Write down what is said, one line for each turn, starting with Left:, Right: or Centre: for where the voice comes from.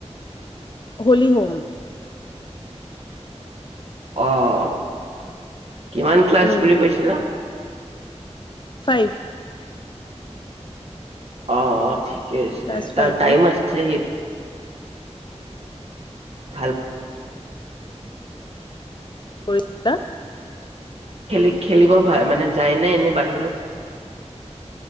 Left: হলি হোম
Right: অ অ কিমান ক্লাছ
Left: উম,
Right: বুলি কৈছিলা ।
Left: ফাইভ
Right: অ অ ঠিকে আছে
Left: ক্লাছ ফাইভত।
Right: তাৰ টাইম আছে ভাল
Left: কৰিছিলা
Right: খেলি খেলিব মানে যায়নে এনেই বাহিৰত